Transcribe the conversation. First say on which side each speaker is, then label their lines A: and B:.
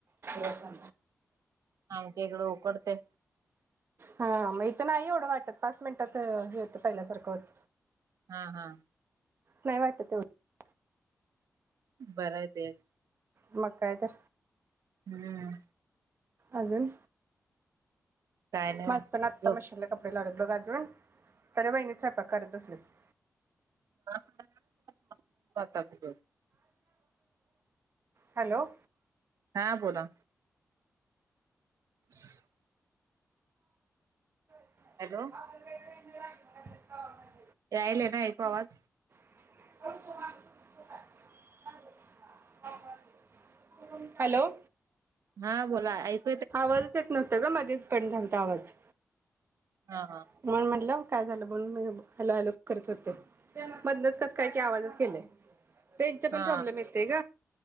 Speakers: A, on the right; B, on the right.
A: रस्सा
B: आमच्या इकडं उकडतय
A: हा म इथ नाही एवढं वाटत पाच मिनिटात हे होतं पहिल्यासारखं होत.
B: हा हा
A: नाही वाटत एवढं
B: बरं आहे ते एक
A: मग काय तर
B: हूं
A: अजून
B: काय नाही
A: माझ
B: बघा.
A: पण आत्ता
B: झोप
A: मशीनला कपडे लावलेत बघ अजून तर बहिणी स्वयंपाक करत असल्यात.
B: <unintelligible>
A: हॅलो!
B: हा बोला. <inaudible>
A: <unintelligible>
B: हॅलो
A: <unintelligible>
B: यायलाय नाय ऐकू आवाज.
A: <unintelligible> <unintelligible> हॅलो!
B: हा बोला ऐक
A: आवाजच येत न तग मध्येच कट झालता आवाज.
B: हा हा
A: म्हणून म्हणलं. काय झालं म्हणून म हॅलो हॅलो करत होते, मदनच कस काय की आवाजच गेलय. रेंजचा पण
B: हा
A: प्रॉब्लेम येतेग